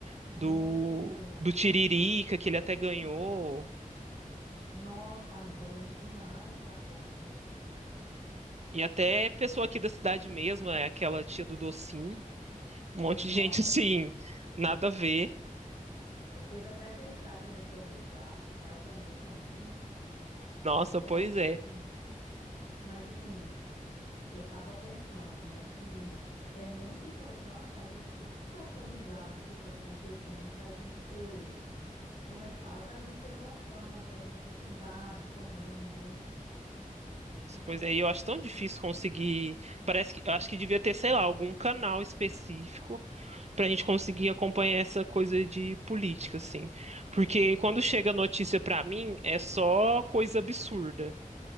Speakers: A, on the right (about 50°); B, on the left (about 60°).
A: do,
B: Lembro.
A: do Tiririca, que ele até ganhou.
B: Nossa, amigo, eu lembro demais da conta.
A: E até pessoa aqui da cidade mesmo, né? Aquela tia do Docinho. Um monte
B: Nossa,
A: de gente, <laughs> assim, nada a ver.
B: teve até aquele cara, né? Zé do Galo, que quase ganhou também.
A: Nossa, pois
B: O ami-
A: é.
B: Hum. Mas assim. Eu estava pensando, né, que é muito importante a gente sempre estar atualizado do que está acontecendo para a gente ter, como é que fala? Para a gente ter noção, para a gente ter cuidado também, né?
A: Isso, Pois é, e eu acho tão difícil conseguir. Parece que eu acho que devia ter, sei lá, algum canal específico para a gente conseguir acompanhar essa coisa de política, assim. Porque quando chega notícia para mim, é só coisa absurda.